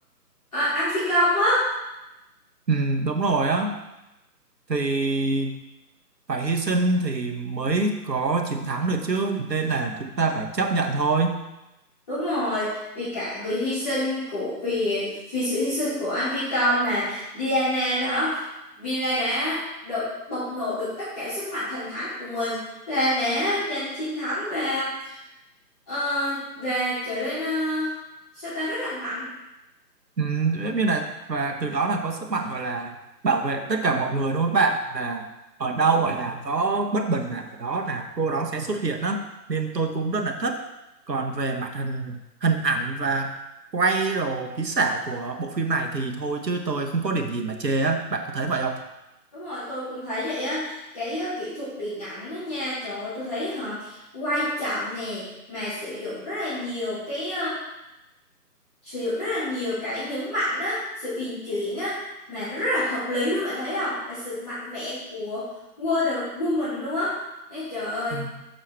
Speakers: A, on the left; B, on the right.
A: ờ, anh phi công á
B: Ừ, đúng rồi á thì phải hy sinh thì mới có chiến thắng được chứ nên là chúng ta phải chấp nhận thôi
A: Đúng rồi, vì cả vì hy sinh của vì vì sự hy sinh của anh Phi Công mà Diana đó, Villa đã được bộc lộ được tất cả sức mạnh thần thánh của mình và đã giành chiến thắng và ờ, và trở nên uh, sao ta rất là mạnh.
B: ừ, giống như là và từ đó là có sức mạnh gọi là bảo vệ tất cả mọi người đúng không bạn là ở đâu gọi là có bất bình là ở đó là cô đó sẽ xuất hiện đó nên tôi cũng rất là thích còn về mặt hình hình ảnh và quay đồ kỹ xảo của bộ phim này thì thôi chứ tôi không có điểm gì mà chê á bạn có thấy vậy không
A: Đúng rồi, tôi cũng thấy vậy á. Cái ờ, kỹ thuật điện ảnh đó nha, trời ơi, tôi thấy hả quay chậm nè mà sử dụng rất là nhiều cái sử dụng rất là nhiều cái nhấn mạnh á sự uyển chuyển á mà nó rất là hợp lý luôn bạn thấy không và sự mạnh mẽ của Wonder Woman luôn á Ê, trời ơi
B: Ừ,